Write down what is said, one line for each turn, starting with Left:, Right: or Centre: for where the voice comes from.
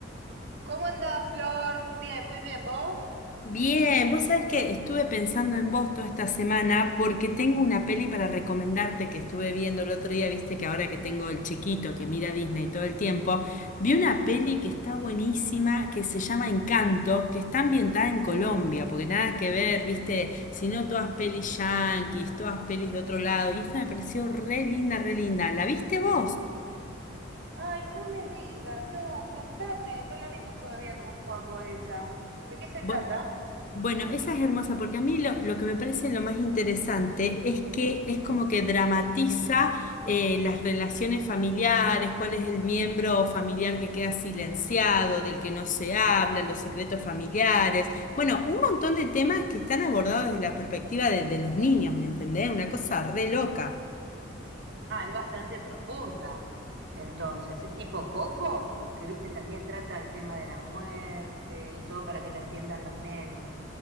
Right: ¿Cómo andás, Flor? Bien, muy bien, ¿vos?
Left: Bien, vos sabés que estuve pensando en vos toda esta semana porque tengo una peli para recomendarte que estuve viendo el otro día, viste que ahora que tengo el chiquito que mira Disney todo el tiempo, vi una peli que está buenísima, que se llama Encanto, que está ambientada en Colombia, porque nada que ver, viste, sino todas pelis yanquis, todas pelis de otro lado, y esta me pareció re linda, re linda. ¿La viste vos?
Right: Ay, no me digas, no, contame, no la vimos todavía con Joaco esa. ¿De qué se
Left: Bu-
Right: trata?
Left: Bueno, esa es hermosa porque a mí lo, lo que me parece lo más interesante es que es como que dramatiza eh, las relaciones familiares, cuál es el miembro familiar que queda silenciado, del que no se habla, los secretos familiares. Bueno, un montón de temas que están abordados desde la perspectiva de, de los niños, ¿me entendés? Una cosa re loca.
Right: Ah, es bastante profunda. Entonces, ¿es tipo Coco? Que viste, también trata el tema de la muerte y todo para que lo entiendan los nenes.